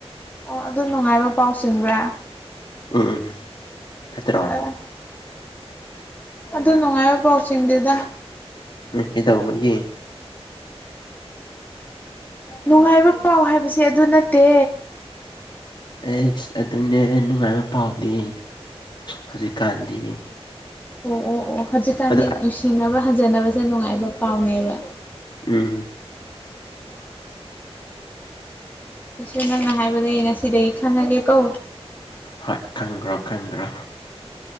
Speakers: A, on the left; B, on the left.
A: ꯑꯣ ꯑꯗꯨ ꯅꯨꯡꯉꯥꯏꯕ ꯄꯥꯎ ꯆꯤꯡꯕ꯭ꯔꯥ
B: ꯎꯝ <unintelligible>
A: ꯇ ꯑꯗꯨ ꯅꯨꯡꯉꯥꯏꯕ ꯄꯥꯎ ꯆꯤꯡꯗꯦꯗ
B: <unintelligible> ꯗꯧꯕꯒꯤ
A: ꯅꯨꯡꯉꯥꯏꯕ ꯄꯥꯎ ꯍꯥꯏꯕꯁꯦ ꯑꯗꯨ ꯅꯠꯇꯦ
B: ꯑꯩꯁ ꯑꯗꯨꯅꯦ ꯅꯨꯡꯉꯥꯏꯕ ꯄꯥꯎꯗꯤ ꯍꯧꯖꯤꯛꯀꯥꯟꯗꯤ
A: ꯑꯣ ꯑꯣ ꯑꯣ ꯍꯧꯖꯤꯛꯀꯥꯟꯗꯤ
B: ꯑꯗꯣ
A: ꯅꯨꯡꯁꯤꯅꯕ ꯍꯟꯖꯟꯕꯁꯦ ꯅꯨꯡꯉꯥꯏꯕ ꯄꯥꯎꯅꯦꯕ
B: ꯎꯝ
A: ꯑꯩꯁꯨ ꯅꯪꯅ ꯍꯥꯏꯕꯗꯒꯤ ꯉꯁꯤꯗꯒꯤ ꯈꯪꯉꯒꯦ ꯀꯣ
B: ꯍꯣꯏ ꯈꯪꯒ꯭ꯔꯣ ꯈꯪꯒ꯭ꯔꯣ